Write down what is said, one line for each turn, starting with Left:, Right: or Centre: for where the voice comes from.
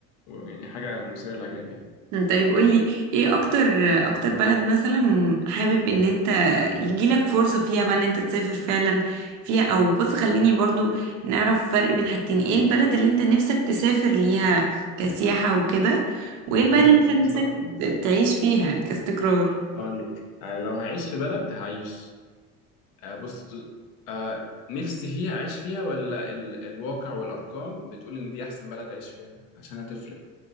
Left: و... ويعني حاجة مثيرة للإعجاب يعني
Right: طيب قولي ايه اكتر اكتر بلد مثلا حابب ان انت يجيلك فرصة فيها بقى ان انت تسافر فعلا فيها او بص خليني برضو نعرف فرق بين حاجتين ايه البلد اللي انت نفسك تسافر ليها كسياحة وكده وايه البلد
Left: حلو
Right: اللي انت نفسك
Left: سؤال حلو
Right: ت- تعيش فيها كاستقرار
Left: أقول لك آه، لو هعيش في بلد هعيش آه، بص آه، نفسي فيها أعيش فيها ولا ال... الواقع والأرقام بتقول إن دي أحسن بلد أعيش فيها عشان هتفرق